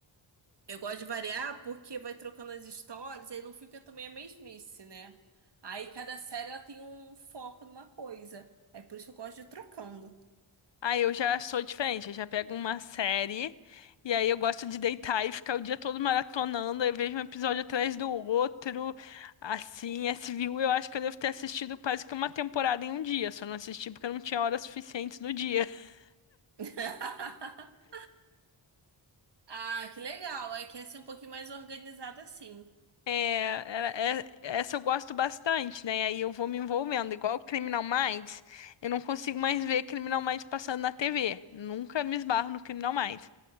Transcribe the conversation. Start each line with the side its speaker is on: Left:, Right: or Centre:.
Right: Eu gosto de variar porque vai trocando as histórias, aí não fica também a mesmice, né? Aí cada série ela tem um foco numa coisa. É por isso que eu gosto de ir trocando.
Left: Aí eu já sou diferente, eu já pego uma série e aí eu gosto de deitar e ficar o dia todo maratonando, aí eu vejo um episódio atrás do outro. Assim, esse viu. eu acho que eu devo ter assistido quase que uma temporada em um dia, só não assisti porque eu não tinha horas suficientes no dia. <laughs>
Right: <laughs> Ah, que legal. Aí quer ser um pouquinho mais organizada assim.
Left: É, era- é- essa eu gosto bastante, né? Aí eu vou me envolvendo. Igual Criminal Minds, eu não consigo mais ver Criminal Minds passando na TV. Nunca me esbarro no Criminal Minds.